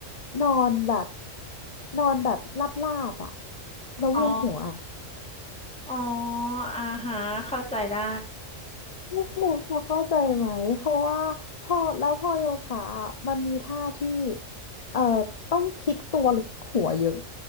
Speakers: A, on the left (about 35°); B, in the centre.
A: นอนแบบนอนแบบลาบลาบอะแล้วเวียนหัว
B: อ๋อ อ๋ออ่าฮะเข้าใจได้
A: ไม่รู้พอเข้าใจไหมเพราะว่าพอแล้วพอโยคะอะมันมีท่าที่เอ่อต้องพลิกตัวหรือพลิกหัวเยอะ